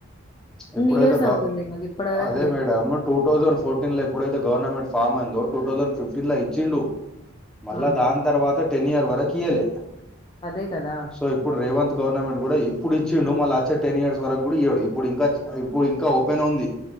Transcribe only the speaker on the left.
ఇయర్స్
అవుతుంది. మాకిప్పటి వరకు
లేదు.
ఆహా!
అదే కదా